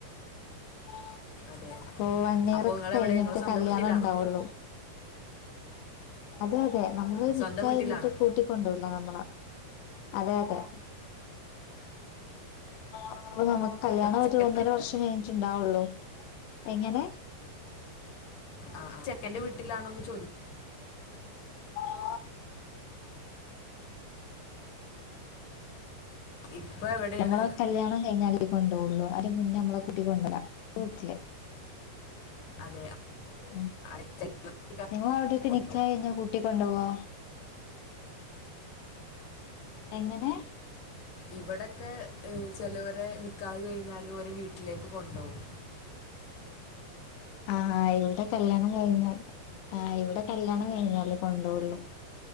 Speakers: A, on the left; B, on the left.
A: <unintelligible>
B: അതെ
A: അപ്പൊ വൺ ഇയർ
B: അപ്പോൾ
A: ഒക്കെ
B: നിങ്ങളെവിടെ
A: കഴിഞ്ഞിട്ട്
B: നിങ്ങൾ സ്വന്തം
A: കല്യാണം
B: വീട്ടിലാണോ
A: ഉണ്ടാവുള്ളു.. അതെ അതെ നമ്മള്
B: സ്വന്തം
A: നിക്കഴിഞ്ഞി
B: വീട്ടിലാണോ
A: കൂട്ടിക്കൊണ്ടല്ല നമ്മള് അതെ അതെ അപ്പൊ നമുക്ക് കല്യാണം
B: അപ്പൊ ചെക്കൻ്റെ
A: ഒരു ഒന്നര
B: വീട്ടിൽ-
A: വർഷം കഴിഞ്ഞിട്ടുണ്ടാവുള്ളൂ എങ്ങനെ
B: ആ, ആ.
A: എ
B: ചെക്കന്റെ വീട്ടിലാണോ എന്ന് ചോദിക്കുക
A: <unintelligible>
B: ഇപ്പൊ എവിടെയാണ്
A: നമ്മളക്കെ കല്യാണം കഴിഞ്ഞാല് ക്കുട്ടിക്കൊണ്ടോള്ളു അതിന് മുന്നേ നമ്മളെ കട്ടി കൊണ്ടോ ലാ പ്പം മസിലായി
B: അതെ
A: ഉ
B: ആ ചെലവ്
A: നിങ്ങ അവിടെയൊക്കെ
B: കൊണ്ടുപോകും
A: നിക്കാഹ് കയിക്കാ കൂട്ടിക്കൊണ്ടോ വോ എങ്ങനെ
B: ഇവിടെക്കെ ചിലവരെ നിക്കാഹ് കഴിഞ്ഞാലും ഒരേ വീട്ടിലേക്ക് കൊണ്ടോവും
A: ആ ഇവിടെ കല്യാണം കഴിഞ്ഞാണ് ആഇവിടെ കല്യാണം കഴിഞ്ഞാല് കൊണ്ടോവൊ ള്ളു